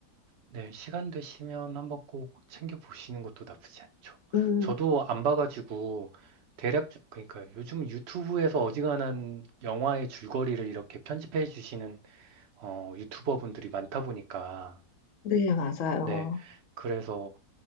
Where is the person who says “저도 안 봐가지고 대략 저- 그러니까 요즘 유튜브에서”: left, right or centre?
Right